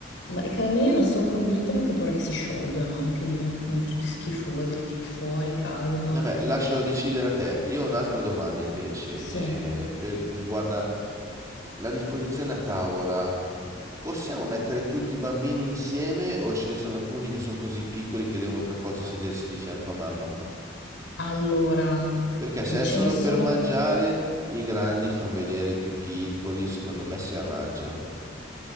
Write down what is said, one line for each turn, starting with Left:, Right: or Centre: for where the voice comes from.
Left: Ma le caramelle non sono convinta perché ho paura che si sciolgano, che diventino tutte schifose, le tiri fuori, cadono.
Right: Vabbè, lascio decidere a te. Io ho un'altra domanda invece,
Left: Sì,
Right: eh, per, riguarda la disposizione a tavola. Possiamo mettere tutti i bambini insieme o ce ne sono alcuni che sono così piccoli che devono per forza sedersi di fianco a mamma?
Left: allora,
Right: Perché se
Left: ce
Right: è solo
Left: ne sono...
Right: per mangiare, i grandi fan vedere i più piccoli, secondo me si arrangiano.